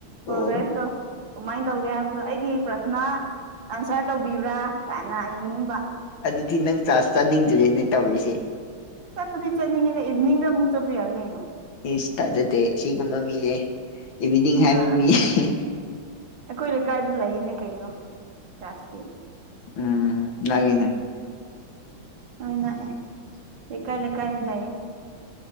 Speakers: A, on the right (about 70°); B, on the left (about 75°).
A: ꯄ꯭ꯔꯣꯒ꯭ꯔꯦꯁꯇꯣ
B: ꯑꯣ
A: ꯀꯃꯥꯏꯅ ꯇꯧꯒꯦ ꯍꯥꯏꯕꯗꯣ ꯑꯩꯒꯤ ꯄ꯭ꯔꯊꯅꯥ ꯑꯟꯁꯔ ꯇꯧꯕꯤꯕ꯭ꯔꯥ ꯀꯥꯏꯅ ꯌꯦꯡꯅꯤꯡꯕ
B: ꯑꯗꯨꯗꯤ ꯅꯪ ꯆꯥꯁ ꯆꯥꯅꯤꯡꯗꯔꯦꯅꯦ ꯇꯧꯔꯤꯁꯦ
A: ꯆꯠꯄꯗꯤ ꯆꯠꯅꯤꯡꯉꯦꯗ ꯏꯚꯅꯤꯡꯗ ꯑꯃꯨꯛ ꯆꯠꯄ ꯌꯥꯏ ꯀꯩꯅꯣ
B: ꯏꯁ ꯊꯥꯖꯗꯦ ꯁꯤꯒꯨꯝꯕ ꯃꯤꯁꯦ ꯏꯚꯅꯤꯡ ꯍꯥꯏꯕ
A: ꯑ
B: ꯃꯤꯁꯦ
A: ꯑꯩꯈꯣꯏ ꯂꯩꯀꯥꯏꯗ ꯂꯩꯅꯦ ꯀꯩꯅꯣ ꯆꯥꯔꯖꯇꯤ
B: ꯎꯝ ꯅꯪꯒꯤꯅꯦ
A: ꯑꯩꯅꯛꯑꯦ ꯂꯩꯀꯥꯏ ꯂꯩꯀꯥꯏꯗ ꯂꯩꯌꯦ